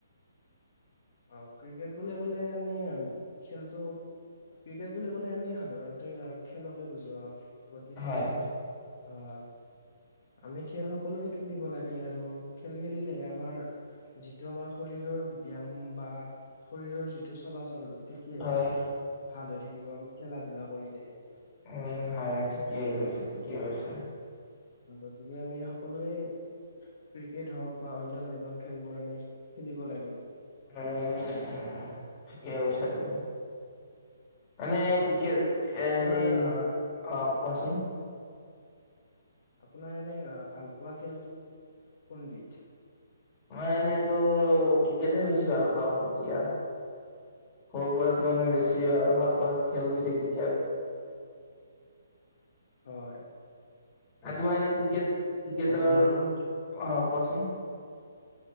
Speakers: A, on the left; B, on the left.
A: অ ক্ৰিকেট বুলি ক'লে আমি খেলটো- ক্ৰিকেট বুলি ক'লে আমি সাধাৰণতে খেলকে বুজো আৰু। গতিকে
B: হয়
A: আ আমি খেল সকলোৱে খেলিব লাগে আৰু খেল খেলিলে আমাৰ যিটো আমাৰ শৰীৰ ব্যায়াম বা শৰীৰৰ যিটো চলাচল তেতিয়াহে
B: হয়
A: আমাৰ ভাল হৈ থাকিব আমি খেলা ধূলা কৰিলে হে।
B: উম' হয় ঠিকেই কৈছা, ঠিকেই কৈছা।
A: গতিকে আমি সকলোৱে ক্ৰিকেট হওক বা অন্য ধৰণৰ খেলবোৰ আমি খেলিব লাগে।
B: উম, ঠিকেই কৈছা তুমি। মানে
A: হয়
B: ক্ৰিকেট হেৰি,
A: আপোনাৰ আহ
B: অঁ কোৱাচোন?
A: আপোনাৰ এনেই ভাল পোৱা খেল কোন বিধ?
B: মই এনেইটো ক্ৰিকেটে বেছি ভাল পাওঁ এতিয়া। সৰু পৰা ত' মানে বেছি
A: হয় হয়
B: আৰু ভাল পোৱা খেলবিধ ক্ৰিকেট।
A: হয়।
B: সেইটো মানে ক্ৰিকেট, ক্ৰিকেটৰ
A: বৰ্তমান
B: অ কোৱাচোন।